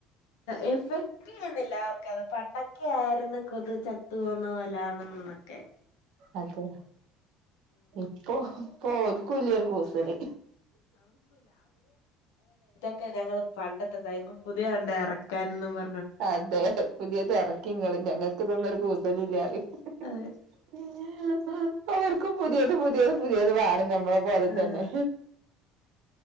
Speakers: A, on the left (about 85°); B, on the right (about 70°).
A: എഫക്ട് ചെയ്യുന്നില്ല അവർ ക്കത് പണ്ടൊക്കെ ആയിരുന്നു കൊതു ചത്ത് പൊന്ന പോലാണ്ന്നൊക്കെ
B: അതെ ഇപ്പൊ ഇപ്പോ ഓൽക്കൂല്ലോരു കൂസല്
A: ക്കെഞങ്ങള് പണ്ടത്തെ <unintelligible> പുതിയ കണ്ട ഇറക്കാനും പ
B: അതെ പുതിയത് ഇറക്കിങ്ങള് ഞങ്ങൾക്ക് ഇതൊന്നൊരു കൂസല് ഇല്ലാ റിം
A: അതെ
B: <unintelligible> അവർക്കും പുതിയത് പുതിയത് പുതിയത് വേണം നമ്മളെ പോലെ
A: ആഹ്
B: തന്നെ